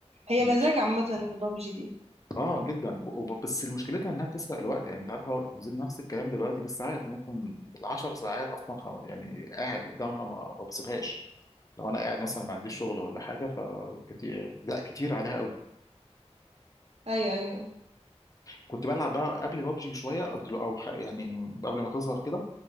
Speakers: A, on the right; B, on the left.
A: هي
B: ماشي
A: مزاج عامه بابجي دي
B: اه جدا وب- بس مشكلتها انها بتسرق الوقت يعني انت عارفه زي نفس الكلام دلوقتي بالساعات ممكن العشر ساعات اصلا خ- يعني قاعد قدامها ما ما بسيبهاش لو انا قاعد مثلا ما عنديش شغل ولا حاجه فكتير لا كتير عليها قوي
A: ايوه ايوه
B: كنت بلعب بقى قبل بابجي بشويه أدل- او ح- يعني قبل ما تظهر كده